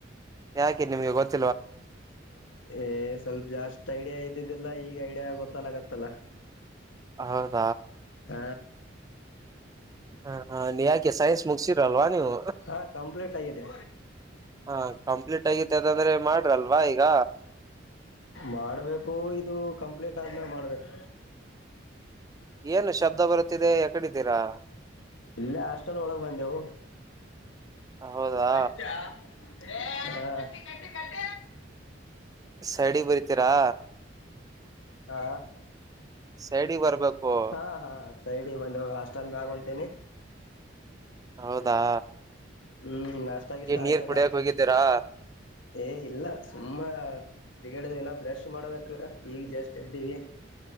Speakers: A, on the right (about 20°); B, on the left (about 85°).
A: ಯಾಕೆ ನಿಮ್ಗೆ ಗೊತ್ತ
B: ಏ ಸ್ವಲ್ಪ ಜಾಸ್ಟ್ ಐಡಿಯಾ ಇದ್ದಿದೆಲ್ಲ ಈಗ ಐಡಿಯಾ ಆಗತ್ತ ಕತ್ತಲ್ಲ ಕತ್ತಲ್ಲ
A: ಹೌದು
B: ಹ
A: ಹ ಹ ನೀ ಯಾಕೆ ಸೈನ್ಸ್ ಮುಗಸಿರಲ್ವಾ ನೀವು
B: ಹ ಕಂಪ್ಲೀಟ್ ಆಗಿದೆ
A: ಹ ಕಂಪ್ಲೀಟ್ ಆಗಿತೆ ಅದಂದ್ರೆ ಮಾಡ್ರಲ್ವಾ ಈಗ
B: ಮಾಡಬೇಕು ಇದು ಕಂಪ್ಲೀಟ್ ತಾಜ್ನ ಮಾಡಬೇಕು
A: ಏನು ಶಬ್ದ ಬರುತ್ತಿದೆ ಯ ಕಡಿದ್ದೀರಾ
B: ಇಲ್ಲ ಆಷ್ಟ ಒಳ ಬಜವು
A: ಹೌದಾ
B: ಹ ಕಟ್ಟಿ ಕಟ್ಟಿ ಕಟ್ಟ
A: ಸಡಿ ಬರಿತೀರಾ
B: ಹಾ
A: ಸೈಡಿಗೆ ಬರ್ಬೇಕು
B: ಹಾ ಹಾ ಸೈಡ್ ಬಂದು ಹಾಸ್ಟೆಲ್ ಮ್ಯಾಗ ಹೊಂಟೀಿನಿ
A: ಹೌದಾ
B: ಹ್ಮ್ ನಾಷ್ಟ ಗಿಷ್ಟ
A: ಏನ್ ನೀರ್
B: ಆಗ್ಯದ
A: ಕುಡಿಯಕ್ ಹೋಗಿದ್ದೀರಾ
B: ಏ ಇಲ್ಲ ಸುಮ್ಮ ತಿರಿಗಡಿನ ಬ್ರಷ್ ಮಾಡ್ಬೇಕು ಈಗ್ ಜಸ್ಟ್ ಎ್ದೀವಿ